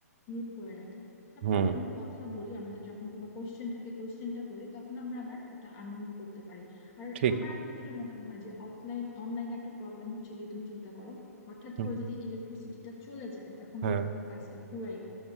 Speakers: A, on the left; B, on the right.
A: মিউট করে রাখেন তারপর
B: হুম
A: যখন আমরা কথা বলি আমাদের যখন কোনো কোয়েশ্চেন থাকে কোয়েশ্চেনটা করি তখন আমরা আবার এটা আনমিউট করতে পারি আর
B: ঠিক
A: আমার একটা যেটা মনে হয় যে অফলাইন অনলাইনে একটা প্রবলেম হচ্ছে গিয়ে তুমি চিন্তা করো হঠাৎ
B: হুম
A: করে যদি ইলেকট্রিসিটিটা চলে যায় তখন
B: হ্যাঁ
A: কিন্তু আমার ক্লাসটা পুরাই